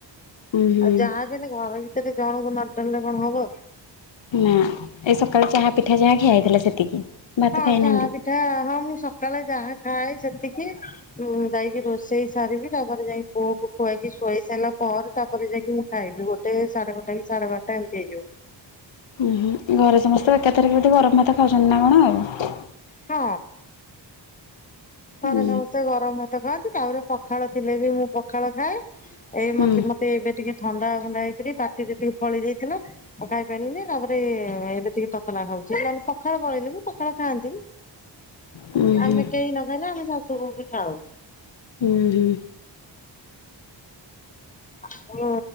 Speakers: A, on the left (about 80°); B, on the left (about 20°).
A: ହୁଁ ହୁଁ
B: ଆଉ ଯାହା ବି ହେଲେ ଘର ଭିତରେ ଜଣକୁ ନଟଣିଲେ କଣ ହବ।
A: ନାଁ ଏଇ ସକାଳୁ ଚାହା ପିଠା ଯାହା ଖିଆଇଥିଲା ସେତିକି ଭାତ
B: ହଁ
A: ଖାଇନାହାନ୍ତି।
B: ଚାହା ପିଠା ହଁ ମୁଁ ସକାଳେ ଯାହା ଖାଏ ସେତିକି ଉଁ ଯାଇକି ରୋଷେଇ ସାରିବି ତାପରେ ଯାଇକି ପୁଅକୁ ଖୁଆଇକି ଶୁଆଇ ସାରିଲା ପରେ ତା ତାପରେ ଯାଇକି ମୁଁ ଖାଇବି ଗୋଟେ ସାଢେ ଗଟେକି ସାଢେ ବାରଟା ଏମିତି ହେଇଯିବ।
A: ଉହୁଁ ଘରେ ସମସ୍ତେ ଏକାଥର ବୋଧେ ଗରମ ଭାତ ଖାଉଛନ୍ତି ନା କଣ?
B: ହଁ ଥରେ
A: ଉଁ
B: ସମସ୍ତେ ଗରମ ଭାତ ଖାଆନ୍ତି ତାପରେ ପଖାଳ ଥିଲେ ବି ମୁଁ ପଖାଳ ଖାଏ ଏଇ
A: ହୁଁ
B: ମତେ ମତେ ଏବେ ଟିକେ ଥଣ୍ଡା ଫଣ୍ଡା ହେଇକିରି ପାଟିରେ ଟିକେ ଫଳି ଯାଇଥିଲା ଖାଇପାରିଲିନି ତାପରେ ଏବେ ଟିକେ ତତଲା ଖାଉ <unintelligible> ପଖାଳ ବଳିଲେ ବି ପଖାଳ ଖାଆନ୍ତି।
A: ହୁଁ ହୁଁ
B: ଆମେ କେହି ନ ଖାଇନେ ଆମେ ଶାଶୁ ବୋହୁ ବି ଖାଉ।
A: ହୁଁ ହୁଁ
B: ହଁ